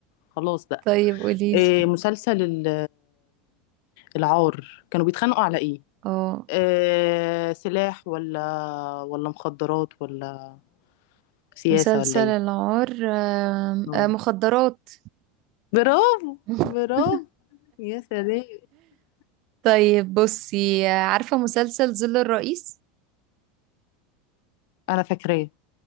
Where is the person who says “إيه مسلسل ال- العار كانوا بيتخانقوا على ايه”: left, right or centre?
Left